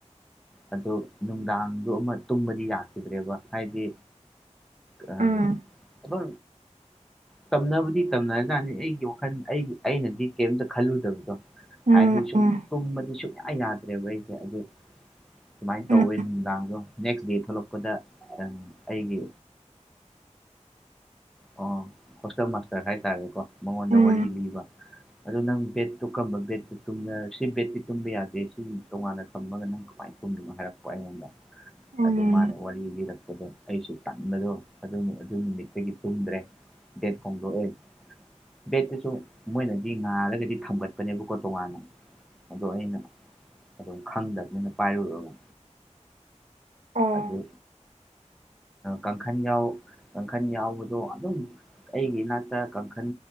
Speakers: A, in the centre; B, on the right.
A: ꯑꯗꯨ ꯅꯨꯡꯗꯥꯡꯗ ꯑꯃ ꯇꯨꯝꯕꯗꯤ ꯌꯥꯈꯤꯗ꯭ꯔꯦꯕ ꯍꯥꯏꯗꯤ ꯑ
B: ꯎꯝ
A: ꯑ ꯇꯝꯅꯕꯗꯤ ꯇꯝꯅꯔꯖꯥꯠꯅꯤ ꯑꯩꯒꯤ ꯋꯥꯈꯜ ꯑꯩꯒꯤ ꯑꯩꯅꯗꯤ ꯀꯔꯤꯝꯇ ꯈꯜꯂꯨꯗꯕꯗꯣ
B: ꯎꯝ
A: ꯍꯥꯏꯗꯤ ꯁꯨꯝ
B: ꯎꯝ
A: ꯄꯨꯝꯕꯗꯤ ꯁꯨꯡꯌꯥ ꯌꯥꯗ꯭ꯔꯦꯕ ꯑꯩꯁꯦ ꯑꯗꯨ ꯁꯨꯃꯥꯏꯅ ꯇꯧꯋꯦ
B: ꯎꯝ
A: ꯅꯨꯡꯗꯥꯡꯗꯣ ꯅꯦꯛꯁ ꯗꯦ ꯊꯣꯛꯂꯛꯄꯗ ꯑꯩꯒꯤ ꯑꯣ ꯍꯣꯁꯇꯦꯜ ꯃꯥꯁꯇꯔ ꯍꯥꯏꯇꯥꯔꯦꯀꯣ ꯃꯉꯣꯟꯗ
B: ꯎꯝ
A: ꯋꯥꯔꯤ ꯂꯤꯕ ꯑꯗꯨꯗ ꯅꯪ ꯕꯦꯠꯇꯣ ꯀꯔꯝꯕ ꯕꯦꯠꯇꯨ ꯇꯨꯝꯕꯔ ꯁꯤ ꯕꯦꯠꯇꯤ ꯇꯨꯝꯕ ꯌꯥꯗꯦ ꯁꯤ ꯇꯣꯉꯥꯟꯅ ꯊꯝꯃꯒ ꯅꯪ ꯀꯃꯥꯏꯅ ꯇꯨꯝꯗꯣꯏꯅꯣ ꯍꯥꯏꯔꯛꯄ ꯑꯩꯉꯣꯟꯗ
B: ꯎꯝ
A: ꯑꯗꯣ ꯃꯥꯅ ꯋꯥꯔꯤ ꯂꯤꯔꯛꯄꯗꯣ ꯑꯩꯁꯨ ꯇꯟꯕꯗꯣ ꯑꯗꯨ ꯑꯗꯨ ꯅꯨꯃꯤꯠꯇꯒꯤ ꯇꯨꯝꯗ꯭ꯔꯦ ꯕꯦꯠ ꯍꯣꯡꯗꯣꯛꯑꯦ ꯕꯦꯠꯇꯨꯁꯨ ꯃꯣꯏꯅꯗꯤ ꯉꯥꯔꯒꯗꯤ ꯊꯝꯒꯠꯄꯅꯦꯕꯀꯣ ꯇꯣꯉꯥꯟꯅ ꯑꯗꯣ ꯑꯩꯅ ꯑꯗꯨꯝ ꯈꯪꯗꯕꯅꯤꯅ ꯄꯥꯏꯔꯨꯔꯕ
B: ꯑꯣ
A: ꯑꯗꯨ ꯀꯥꯡꯈꯟ ꯌꯥꯎ ꯀꯥꯡꯈꯟ ꯌꯥꯎꯕꯗꯣ ꯑꯗꯨꯝ ꯑꯩꯒꯤ ꯏꯅꯥꯛꯇ ꯀꯥꯡꯈꯟ